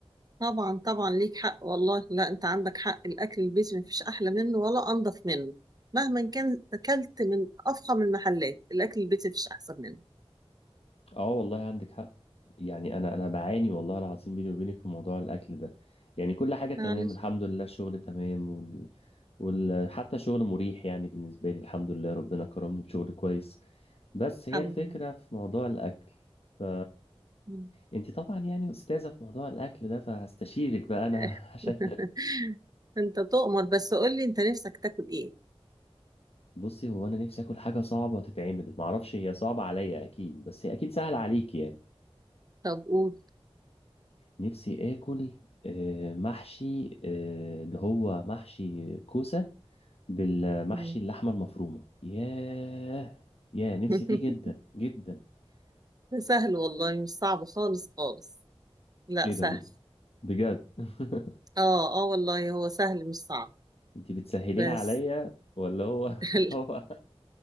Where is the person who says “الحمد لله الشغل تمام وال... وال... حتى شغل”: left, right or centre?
Left